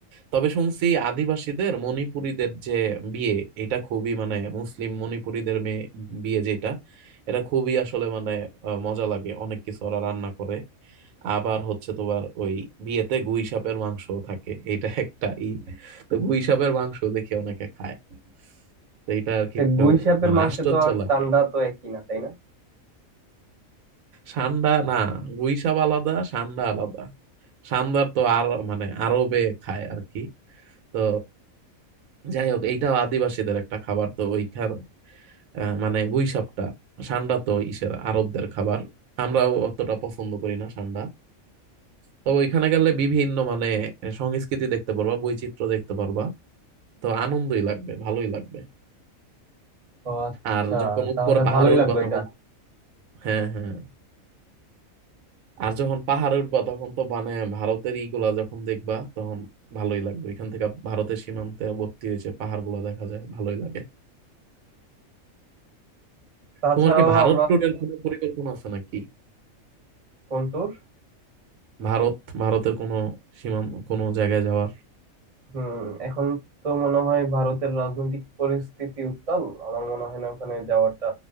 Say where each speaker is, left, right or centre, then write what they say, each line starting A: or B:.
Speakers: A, on the right; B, on the right.
A: তবে শুনছি আদিবাসীদের মণিপুরীদের যে বিয়ে এটা খুবই মানে মুসলিম মণিপুরীদের মেয়ে বিয়ে যেটা এটা খুবই আসলে মানে আহ, মজা লাগে অনেক কিছু ওরা রান্না করে আবার হচ্ছে তোমার ওই বিয়েতে গুই সাপের মাংসও থাকে এটা একটা ই তো গুই সাপের মাংস দেখে অনেকে খায় তো এটা আর কি
B: তা
A: একটু
B: গুই সাপের
A: মানে
B: মাংস
A: আশ্চর্য
B: তো আর
A: লাগে
B: চান্ডা তো একই না তাই না
A: সান্ডা না গুই সাপ আলাদা সান্ডা আলাদা সান্দার তো আর মানে আরবে খায় আর কি তো যাই হোক এইটা আদিবাসীদের একটা খাবার তো ওইখান আহ, মানে গুই সাপটা সান্ডা তো ইসের আরবদের খাবার আমরাও অতটা পছন্দ করি না সান্ডা তবে ওইখানে গেলে বিভিন্ন মানে সংস্কৃতি দেখতে পারবা বৈচিত্র্য দেখতে পারবা তো আনন্দই লাগবে ভালোই লাগবে
B: ও আচ্ছা
A: আর যখন
B: তাহলে
A: উপরে পাহাড়ে
B: ভালোই
A: উঠবা
B: লাগলো
A: তখন
B: এটা
A: হ্যাঁ হ্যাঁ আর যখন পাহাড়ে উঠবা তখন তো মানে ভারতের ইগুলা যখন দেখবা তখন ভালোই লাগবে এখান থেকে ভারতের সীমান্তে ভর্তি হয়েছে পাহাড়গুলো দেখা যায় ভালোই লাগে
B: তাছাড়াও
A: তোমার কি ভারত
B: আমরা
A: ট্যুরের কোনো পরিকল্পনা আছে নাকি
B: কোন tour?
A: ভারত ভারতের কোনো সীমান্ত কোনো জায়গায় যাওয়ার
B: হুম এখন তো মনে হয় ভারতের রাজনৈতিক পরিস্থিতি উত্তাল আমার মনে হয় না ওখানে যাওয়াটা